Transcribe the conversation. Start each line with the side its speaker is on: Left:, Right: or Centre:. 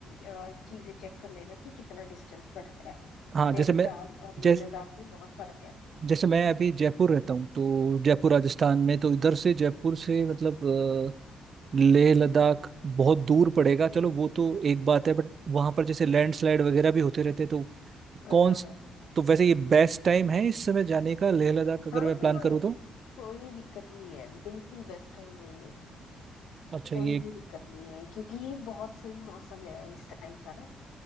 Left: अ, चीजें चेक कर लेना कि कितना डिस्टेंस पड़ता है
Right: हाँ
Left: नैनीताल
Right: जैसे मैं
Left: और लेह
Right: जैस
Left: लद्दाख में बहुत फर्क है
Right: जैसे मैं अभी जयपुर रहता हूँ तो जयपुर राजस्थान में तो इधर से जयपुर से मतलब अ, लेह लद्दाख बहुत दूर पड़ेगा चलो वो तो एक बात है बट वहां पर जैसे लैंडस्लाइड वगैरह भी होते रहते हैं तो
Left: हाँ
Right: कौन
Left: हाँ
Right: स- तो वैसे ये बेस्ट टाइम है इस समय जाने का लेह लद्दाख अगर
Left: हाँ
Right: मैं प्लान
Left: हाँ हाँ,
Right: करूँ तो
Left: कोई दिक्कत नहीं है बिल्कुल बेस्ट टाइम है ये
Right: अच्छा
Left: कोई
Right: ये
Left: भी दिक्कत नहीं है क्योंकि ये बहुत सही मौसम है इस टाइम का ना